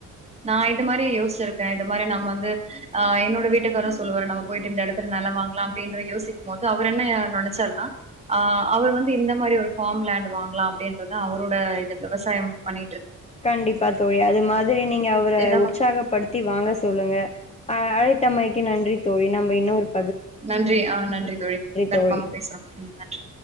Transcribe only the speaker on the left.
கண்டிப்பா தோழி அது மாரி நீங்க ஒரு
உற்சாகப்படுத்தி வாங்க சொல்லுங்க அழைத்தம்மைக்கு நன்றி தோழினா ந இன்னும்
தோழி